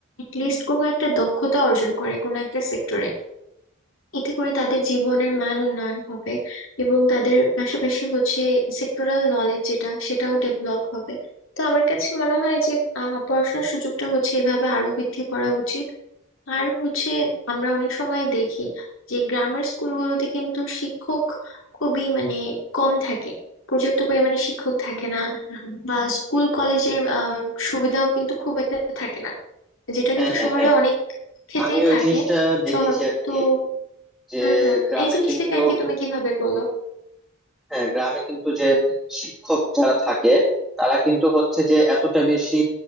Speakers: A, on the left; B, in the centre.
A: লিস্ট কোনো একটা দক্ষতা অর্জন করে কোনো একটা সেক্টরে এতে করে তাদের জীবনের মান উন্নয়ন হবে এবং তাদের পাশাপাশি হচ্ছে সেক্টরাল নলেজ যেটা সেটাও ডেভেলপ হবে তো আমার কাছে মনে হয় যে আহ, পড়াশোনার সুযোগটা হচ্ছে এভাবে আরো বৃদ্ধি করা উচিত আর হচ্ছে আমরা অনেক সময় দেখি যে গ্রামের স্কুলগুলোতে কিন্তু শিক্ষক খুবই মানে কম থাকে পর্যাপ্ত পরিমাণে শিক্ষক থাকে না বা স্কুল কলেজের আহ সুবিধাও কিন্তু খুব একটা থাকে না যেটা
B: হ্যাঁ
A: কিন্তু
B: হ্যাঁ
A: শহরে
B: হ্যাঁ
A: অনেক ক্ষেত্রেই
B: আমি ওই
A: থাকে
B: জিনিসটা দেখেছি
A: শহর
B: আর কি
A: তো
B: যে
A: হুম হুম
B: গ্রামে
A: এই জিনিসটাকে
B: কিন্তু
A: আর কি তুমি কিভাবে বলো
B: হ্যাঁ গ্রামে কিন্তু যে শিক্ষক যারা থাকে তারা কিন্তু হচ্ছে যে এতটা বেশি